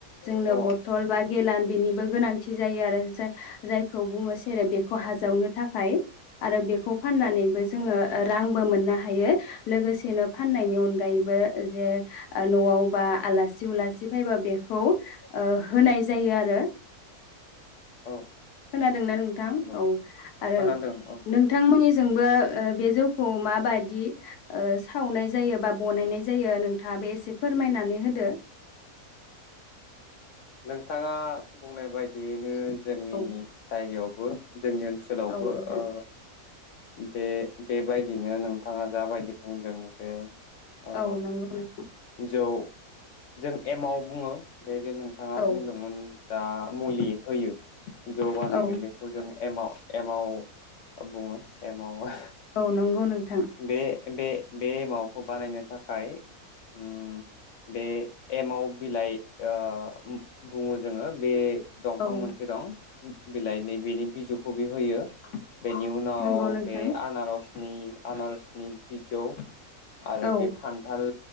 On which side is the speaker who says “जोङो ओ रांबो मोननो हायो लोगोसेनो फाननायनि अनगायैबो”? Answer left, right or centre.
Left